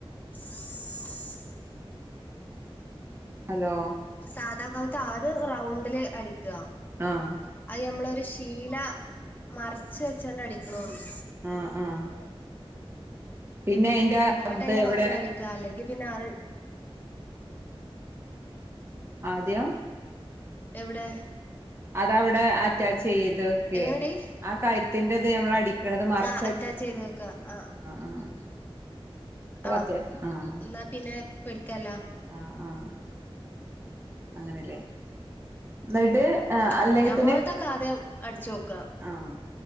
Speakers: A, on the left (about 20°); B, on the right (about 25°).
A: <inaudible>
B: ഹലോ
A: സാധാകഴുത്ത് ആദ്യം റൗണ്ടില് അടിക്ക
B: ആഹ്
A: അത് നമ്മളൊരു ശീല മറിച്ച് വെച്ചണ്ട് അടിക്കണണ്ട്
B: ആഹ് ആഹ് പിന്നെ അയിന്റെ
A: അങ്ങോട്ട്
B: ഇത്
A: അയിന്റെ
B: എവിടെ
A: വക്കിന് അടിക്കുക അല്ലെങ്കിൽ പിന്നെ അത്
B: ആദ്യം
A: എവിടെ
B: അതവിടെ അറ്റാച്ച് ചെയ്ത് വെക്ക്
A: എങ്ങനെടി
B: ആഹ് കയത്തിന്റെത് നമ്മൾ അടി നിക്കണത് മറിച്ചടിച്ചിട്ട്
A: ആ അറ്റാച്ച് ചെയ്ത് വെക്ക ആ
B: ആഹ്
A: ആഹ്
B: ഓക്കെ ആഹ്
A: എന്നാ പിന്നെ പേടിക്കനില്ലാ
B: ആഹ് ആഹ് അങ്ങനെല്ലേ എന്നിട്ട്
A: ഉം
B: അല്ലെങ്കിൽ
A: ഞമ്മൾതൊക്കെ
B: പിന്നെ
A: ആദ്യം അടിച്ചു നോക്ക
B: ആഹ്